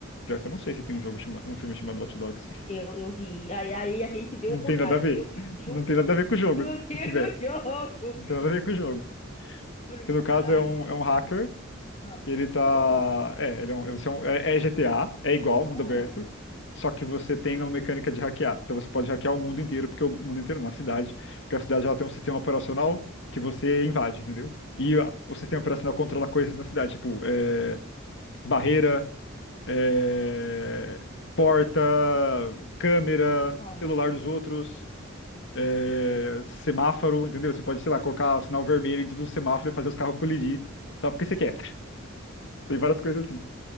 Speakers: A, on the left (about 65°); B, on the left (about 35°).
A: pior que eu não sei se tem um jogo chama- um filme chamado Watch Dogs.
B: Eu, eu vi. Aí, aí a gente vê
A: Não
B: o contrário.
A: tem nada a ver.
B: Eu vi o filme
A: Não tem nada a ver com
B: e
A: o jogo,
B: tu <laughs> viu
A: se tiver.
B: o jogo.
A: Não tem nada a ver com o jogo.
B: Pro-
A: Que no caso
B: Aí.
A: é um, é um hacker,
B: ah,
A: que ele tá.
B: Oh,
A: É, ele é, um, você é, um- é- é GTA, é igual mundo
B: hum,
A: aberto, só que você tem uma mecânica de hackear. Então você pode hackear o mundo inteiro, porque o mundo inteiro, na cidade, porque a cidade ela tem um sistema operacional que você invade, entendeu? E a- o sistema operacional controla coisas na cidade, tipo, é, barreira, é, porta, câmera,
B: ah,
A: celular dos outros é, semáforo, entendeu? Você pode, sei lá, colocar sinal vermelho em todos os semáforos e fazer os carros colidir só porque você quer. <laughs> Tem várias coisas assim.